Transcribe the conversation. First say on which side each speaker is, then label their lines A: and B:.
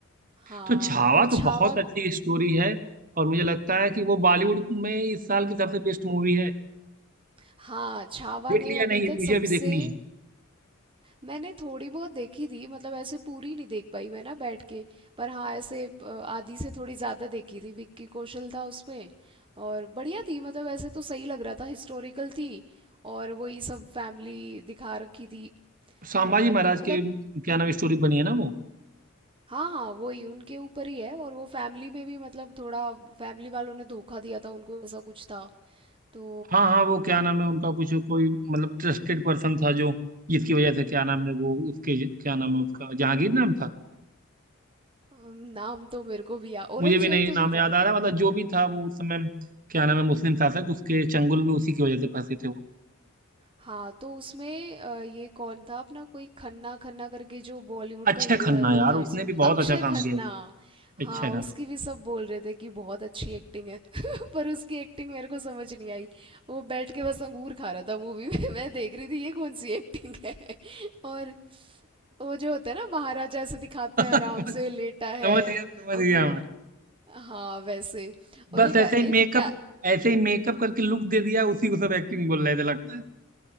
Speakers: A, on the right (about 25°); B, on the right (about 40°).
A: हाँ
B: तो छावा
A: पर छावा
B: तो बहुत अच्छी स्टोरी है और मुझे लगता है कि वो बॉलीवुड में इस साल की सबसे बेस्ट मूवी है
A: हाँ, छावा
B: देख
A: ने
B: लिया
A: अभी
B: नहीं
A: तक
B: मुझे
A: सबसे
B: अभी देखनी है
A: मैंने थोड़ी बहुत देखी थी मतलब ऐसे पूरी नहीं देख पाई मैं ना बैठ के पर हाँ ऐसे अ, आधी से थोड़ी ज़्यादा देखी थी विक्की कौशल था उसमें और बढ़िया थी मतलब ऐसे तो सही लग रहा था हिस्टोरिकल थी और वही सब फैमिली दिखा रखी थी
B: संभाजी
A: और
B: महाराज
A: मतलब
B: के क्या नाम स्टोरी बनी है ना वो
A: हाँ हाँ वही उनके ऊपर ही है और वो फैमिली में भी मतलब थोड़ा फैमिली वालों ने धोखा दिया था उनको ऐसा कुछ था तो
B: हाँ हाँ वो क्या नाम है उनका कुछ कोई मतलब ट्रस्टेड पर्सन था जो जिसकी वजह से क्या नाम है वो उसके क्या नाम है उसका जहांगीर नाम था
A: अम, नाम तो मेरे को भी याद औरंगजेब
B: मुझे भी नहीं
A: तो
B: नाम
A: नहीं
B: याद
A: था
B: आ रहा मतलब जो भी था वो उस समय क्या नाम है मुस्लिम शासक उसके चंगुल में उसी की वजह से फंसे थे वो
A: हाँ तो उसमें अ, ये कौन था अपना कोई खन्ना खन्ना करके जो बॉलीवुड
B: अक्षय
A: का हीरो
B: खन्ना
A: है वो
B: यार
A: था इसमें
B: उसने भी बहुत
A: अक्षय
B: अच्छा काम
A: खन्ना
B: किया
A: हाँ
B: अक्षय खन्ना
A: उसकी भी सब बोल रहे थे कि बहुत अच्छी एक्टिंग है <laughs> पर उसकी एक्टिंग मेरे को समझ नहीं आई वो बैठ के बस अंगूर खा रहा था मूवी में <laughs> मैं देख रही थी ये कौन सी एक्टिंग है <laughs> और वो जो होता है ना महाराजा ऐसे दिखाते
B: <laughs>
A: हैं आराम से
B: समझ
A: लेटा है
B: गया समझ
A: अंगूर
B: गया मैं
A: हाँ वैसे
B: बस
A: और एक
B: ऐसे
A: एक
B: ही मेकअप
A: डा
B: ऐसे ही मेकअप करके लुक दे दिया उसी को सब एक्टिंग बोल रहे थे लगता है